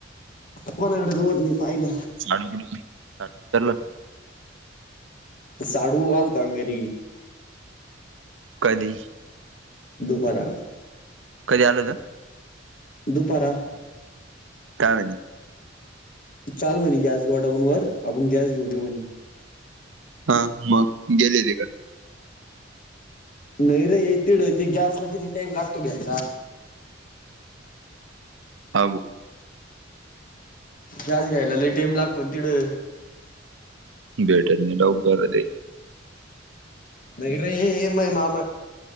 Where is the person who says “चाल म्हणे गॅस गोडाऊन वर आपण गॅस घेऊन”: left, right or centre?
Left